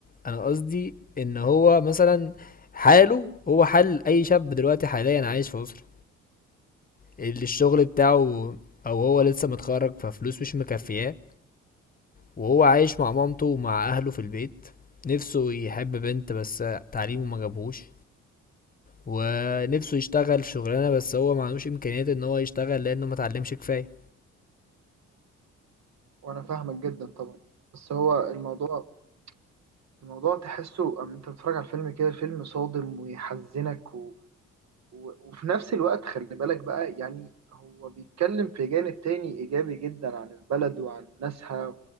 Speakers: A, on the left (about 30°); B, on the right (about 60°).
A: انا قصدي ان هو مثلا حاله هو حال اي شاب دلوقتي حاليا عايش في مصر اللي الشغل بتاعه او هو لسه متخرج ففلوس مش مكفياه وهو عايش مع مامته ومع اهله في البيت نفسه يحب بنت بس تعليمه ما جابهوش ونفسه يشتغل في شغلانه بس هو ما عندوش امكانيات ان هو يشتغل لانه ما اتعلمش كفايه
B: وانا فاهمك جدا طبعا بس هو الموضوع الموضوع تحسه أما انت بتتفرج على الفيلم كده الفيلم صادم ويحزنك و- وفي نفس الوقت خلي بالك بقى يعني هو بيتكلم في جانب تاني إيجابي جدا عن البلد وعن ناسها